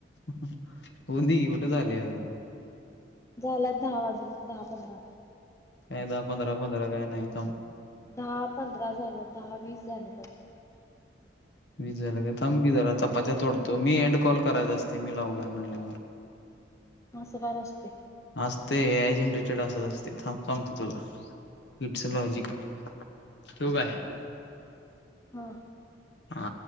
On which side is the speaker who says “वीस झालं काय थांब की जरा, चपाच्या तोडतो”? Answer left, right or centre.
Left